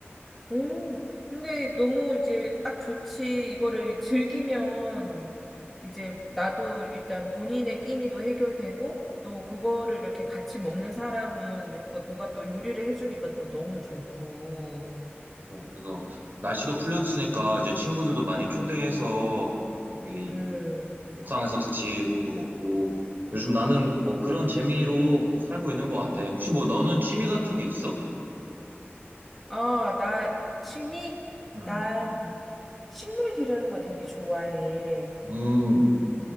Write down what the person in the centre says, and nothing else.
응. 근데 너무 이제 딱 좋지. 이거를 즐기면 이제 나도 일단 본인의 끼니도 해결되고, 또 그거를 이렇게 같이 먹는 사람은 누가, 누가 또 요리를 해주니까 또 너무 좋고.
음.
어, 나 취미?
난 식물 기르는 거 되게 좋아해.